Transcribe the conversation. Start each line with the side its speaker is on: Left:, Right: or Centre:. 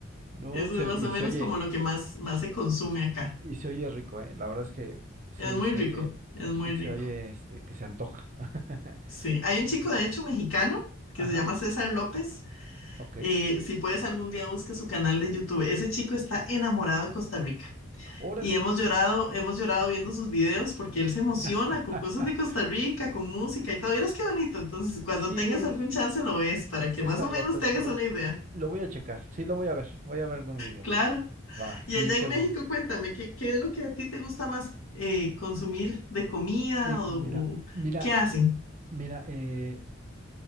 Right: No,
Left: Eso
Right: se,
Left: es más
Right: ve- y
Left: o menos
Right: se oye,
Left: como lo que más, más se consume acá.
Right: y se oye rico, eh. La verdad es que sí
Left: Es muy
Right: se
Left: rico,
Right: oye,
Left: es muy
Right: se
Left: rico.
Right: oye, este, que se antoja. <laughs>
Left: Sí, hay un chico
Right: Qué padre.
Left: de hecho mexicano que
Right: Ajá,
Left: se llama César López.
Right: ok.
Left: eh, si puedes algún día busca su canal de YouTube. Ese chico está enamorado de Costa Rica
Right: Órale.
Left: y hemos llorado, hemos llorado viendo sus videos porque él se emociona
Right: <laughs>
Left: con cosas de Costa Rica, con música y todo. Verás qué bonito. Entonces, cuando
Right: Sí,
Left: tengas
Right: es
Left: algún chance lo ves para
Right: César
Left: que más o
Right: López,
Left: menos te hagas
Right: lo,
Left: una idea.
Right: lo voy a checar, sí lo voy a ver, voy a ver algún video.
Left: Claro.
Right: Va,
Left: Y
Right: sí,
Left: allá
Right: qué
Left: en
Right: bueno.
Left: México, cuéntame, ¿qué, qué es lo que a ti te gusta más eh, consumir de comida
Right: De
Left: o,
Right: comida,
Left: o
Right: mira,
Left: qué hacen?
Right: mira, eh,